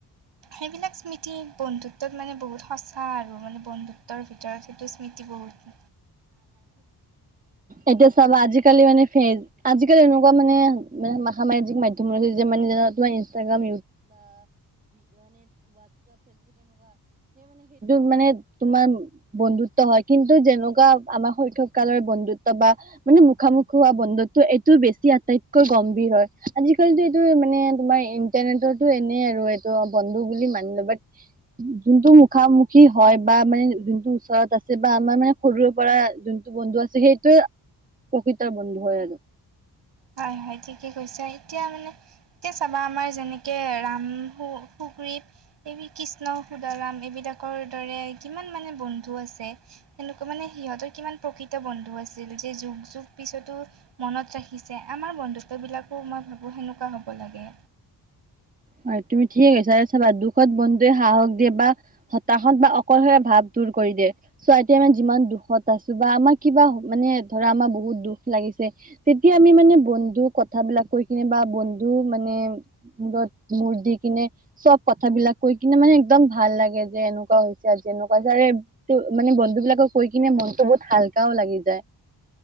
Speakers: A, on the right; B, on the right.
A: সেইবিলাক স্মৃতি বন্ধুত্বত মানে বহুত সঁচা আৰু মানে বন্ধুত্বৰ ভিতৰত। সেইটোটো স্মৃতি বহুত ন।
B: এতিয়া চাবা আজি। কালি মানে ফেচ আজিকালি এনেকুৱা মানে ম সামাজিক মাধ্যমত যে মানে তোমাৰ ইনষ্টাগ্ৰাম। <unintelligible> তোমাৰ বন্ধুত্ব হয় কিন্তু যেনেকুৱা। আমাৰ শৈশৱ কালৰ বন্ধুত্ব বা, মানে মুখামুখি হোৱা বন্ধুত্ব এইটোও বেছি আটাইতকৈ গম্ভীৰ। হয় আজিকালিটো এইটো মানে তোমাৰ ইন্টাৰনেটৰটো এনেই আৰু এইটো বন্ধু বুলি মানি ল'ব। যোনটো মুখামুখি হয় বা, মানে যোনটো ওচৰত আছে বা আমাৰ মানে সৰুৰে। পৰা যোনটো বন্ধু আছে সেইটোোৱে প্ৰকৃতাৰ বন্ধু হয় আৰু।
A: হয় হয় ঠিকে কৈছে। এতিয়া মানে এতিয়া চাবা আমাৰ যেনেকে ৰাম শুক, কৃষ্ণ সুৰা এইবিলাকৰ দৰে কি মানে বন্ধু আছে। এনেকুৱা মানে সিহঁতৰ কিমান প্ৰকৃত বন্ধু আছিল যে যুগ যুগ পিছতো। মনত ৰাখিছে আমাৰ বন্ধুত্ববিলাকো মই ভাবো সেনেকুৱা হ'ব লাগে।
B: হয় তুমি ঠিক কৈছা চাবা দুখত বন্ধুৱে সাহস দিয়ে বা হতাশত বা অকলশৰে ভাৱ দূৰ কৰি। চোৱা এইতিয়া মানে যিমান দুখত আছো বা, আমাৰ কিবা মানে ধৰা আমাৰ বহুত দুখ লাগিছে। তেতিয়া আমি মানে বন্ধু কথাবিলাক কৈ কিনে বা বন্ধু মানে। মূৰ দি কিনে চব কথাবিলাক কৈ কিনে মানে একদম ভাল লাগে যে এনেকুৱা হৈছে আজি এনেকুৱা হৈছে। মানে বন্ধু বিলাকক কৈ কিনে মনতটো বহুত হাল্কাও লাগি যায়